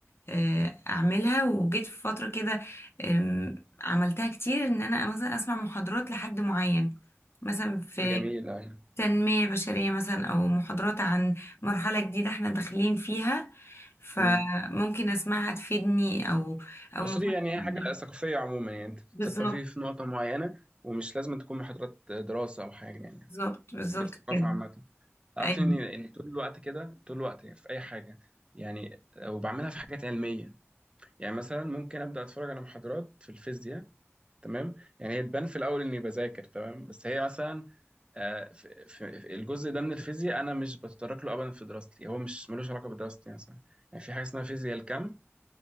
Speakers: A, on the left; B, on the right.
A: آه، أعملها وجيت في فترة كده آم، عملتها كتير إن أنا مثلا أسمع محاضرات لحد معين مثلا في
B: جميل يعني
A: تنمية بشرية مثلا أو محاضرات عن مرحلة جديدة احنا داخلين فيها فممكن
B: امم
A: أسمعها تفيدني أو أو
B: قصدي
A: نصيحة
B: يعني
A: معينة.
B: هي حاجة ثقافية عموما يعني أنت بتثقفي
A: بالظبط
B: في نقطة معينة ومش لازم تكون محاضرات دراسة أو حاجة يعني
A: بالظبط بالظبط
B: الثقافة
A: كده
B: عامة تعرف
A: ايوه
B: إن إن طول الوقت كده طول الوقت في أي حاجة يعني وبعملها في حاجات علمية يعني مثلا ممكن أبدأ أتفرج على محاضرات في الفيزياء تمام يعني هي تبان في الاول اني بذاكر تمام بس هي مثلا آه، في في- في الجزء ده من الفيزياء انا مش بتطرق له ابدا في دراستي هو مش ملوش علاقه بدراستي مثلا يعني في حاجه اسمها فيزياء الكم